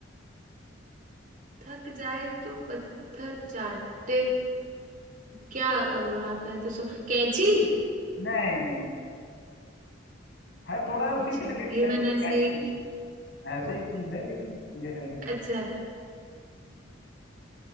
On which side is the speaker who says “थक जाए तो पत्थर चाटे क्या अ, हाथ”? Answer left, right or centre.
Right